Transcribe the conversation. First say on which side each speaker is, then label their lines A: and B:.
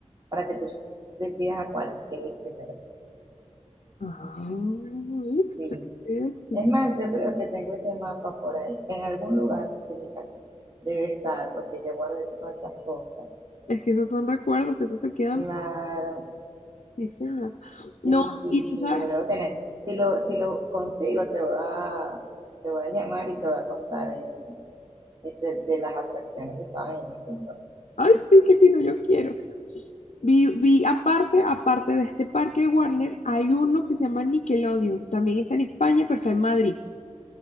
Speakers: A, on the right (about 35°); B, on the left (about 85°).
A: para que tú decidas a cuál quieres ir primero.
B: Ah, ¿viste?
A: Sí.
B: Qué éxito.
A: Es más, yo creo que tengo ese mapa por ahí, en algún lugar de mi casa. Debe estar, porque yo guardé todas esas cosas.
B: Es que esos son recuerdos, que esos se quedan.
A: Claro,
B: Sí, señor. No,
A: sí, sí,
B: y tú
A: sí,
B: sabes,
A: lo debo tener. Si lo, si lo consigo, te voy a, te voy a llamar y te voy a contar en- este, de las atracciones que estaban en ese entonces.
B: ay, sí, qué fino, yo quiero. Vi, vi aparte, aparte de este parque de Warner, hay uno que se llama Nickelodeon. También está en España, pero está en Madrid.